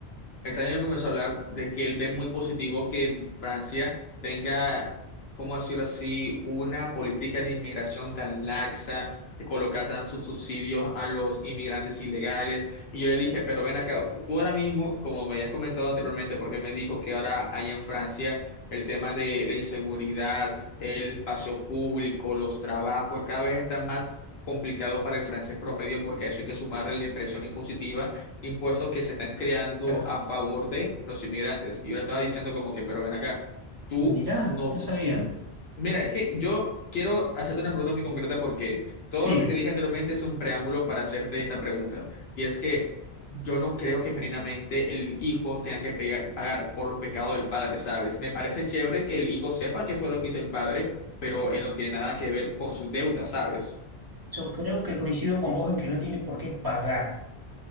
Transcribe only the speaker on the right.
claro.
Mirá,
no sabía.
Sí.
Yo creo que coincido con vos en que no tiene por qué pagar.